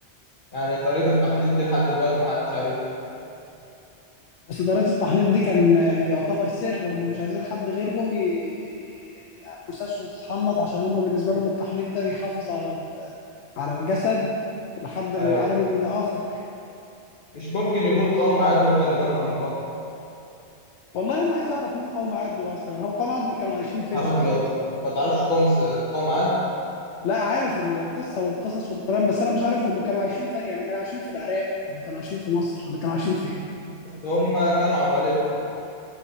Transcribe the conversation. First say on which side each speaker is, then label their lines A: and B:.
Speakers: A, on the left (about 50°); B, on the left (about 80°).
A: يعني طريقة التحنيط دي لحد دلوقتي ما حدش عارف
B: بس طريقه التحنيط دي كان يعتبر سر هم مش عايزين حد غيرهم ي... يعني جثثهم تتحنط عشان هم بالنسبه لهم التحنيط ده بيحافظ على ال... على الجسد لحد
A: ايوه
B: العالم الاخر
A: مش ممكن يكون قوم عاد هما اللي بنوا الأهرامات
B: والله انا عايز اعرف مين قوم عدول اصلا هو قوم عدول كانوا عايشين
A: يا
B: فين
A: نهار
B: في الارض
A: أبيض ما تعرفش قوم س- قوم عاد
B: لا عارف ال- القصه والقصص في القران بس انا مش عارف هم كانوا عايشين فين يعني كانوا عايشين في العراق ولا كانوا عايشين في مصر ولا كانوا عايشين فين
A: أصل هما كانوا عمالقة